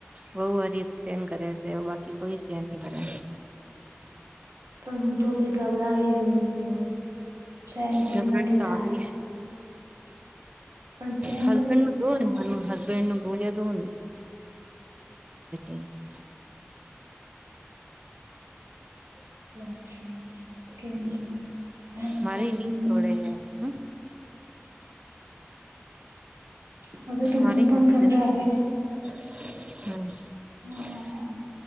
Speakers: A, on the right; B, on the right.
A: બહુ વારી સેન કરે છે બાકી કોઈ સેન નહી કરે
B: પણ હું તો ગભરાવી ગયો છું, સેન પણ
A: ગભરાટ
B: નથી
A: તો
B: થાય.
A: આવી
B: પણ સહન
A: હસબેન્ડ
B: પણ નથી
A: નું તો
B: થાય
A: ને હસબેન્ડનું <unintelligible>
B: <unintelligible>
A: મારે <inaudible>
B: હ હવે તો
A: મારે
B: હું પણ
A: હસબેન્ડ
B: ગભરાવીશ,
A: <inaudible>
B: હા